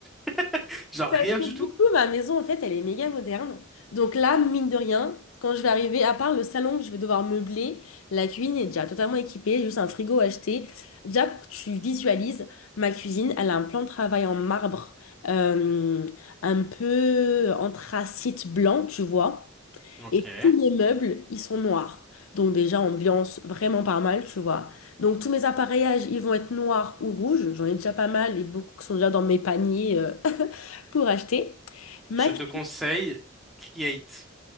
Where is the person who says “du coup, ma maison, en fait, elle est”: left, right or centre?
Left